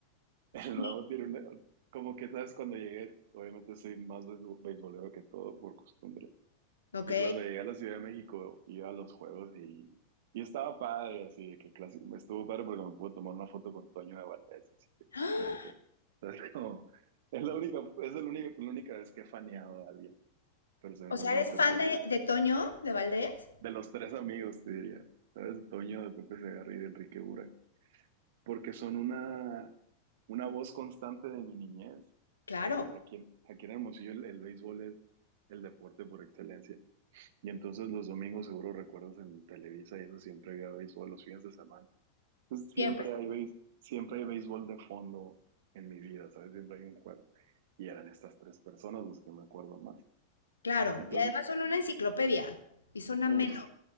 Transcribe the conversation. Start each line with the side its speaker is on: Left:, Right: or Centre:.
Right: <laughs> El
Left: Sí.
Right: nuevo tiene una... Como que, ¿sabes? Cuando llegué, obviamente soy más beisbo- beisbolero que todo por costumbre.
Left: ¿Ok?
Right: Y cuando llegué a la Ciudad de México, iba a los juegos y, y estaba padre, así de que clase- me estuvo padre porque me pude tomar una foto con Toño de Valdés, así que
Left: ¡Ah!
Right: como que... <laughs> ¿sabes? Como- es la única, es la única, la única vez que he faneado a alguien, pero se me
Left: O
Right: hizo
Left: sea,
Right: muy
Left: ¿eres
Right: interesante.
Left: fan de, de Toño, de Valdés?
Right: de los tres amigos, te diría. ¿Sabes? Toño de Pepe Segarra y de Enrique Burak. Porque son una, una voz constante de mi niñez.
Left: Claro,
Right: Eh, aquí, en- aquí en Hermosillo el, el béisbol es el deporte por excelencia. Y entonces los domingos seguro recuerdas en Televisa y eso siempre había béisbol los fines de semana. Entonces siempre
Left: siempre.
Right: hay béis- siempre hay béisbol de fondo en mi vida, ¿sabes? Siempre hay un juego. Y eran estas tres personas los que me acuerdo más.
Left: Claro.
Right: Entonces,
Left: Y además son una enciclopedia y son amenos.
Right: uy, sí,